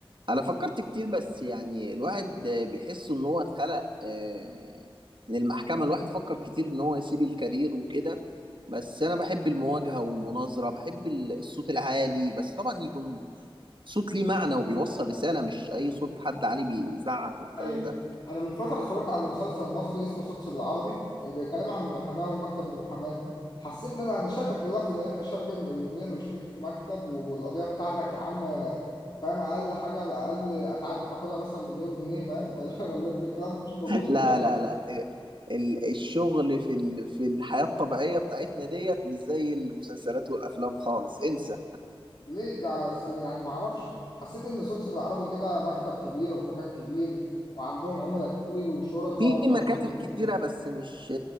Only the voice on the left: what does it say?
ايوه
انا من فتره اتفرجت على مسلسل مصري اسمه سوتس بالعربي بيتكلم عن المحاماه ومكتب المحاماه حسيت ان انا أنا شايفك دلوقتي بقيت باشا راجل مليونير وشريك في مكتب والقضيه بتاعتك يا عم فاهم اقل حاجه باقل اتعاب بتاخدها مثلا مليون جنيه فاهم <laughs> ولا ولا ده الكلام مش موجود
دلوقتي
ليه كاس- يعني ما اعرفش حسيت ان سوتس بالعربي كده مكتب كبير وفي مكان كبير وعندهم عملاء كتير وشركاء
وملايين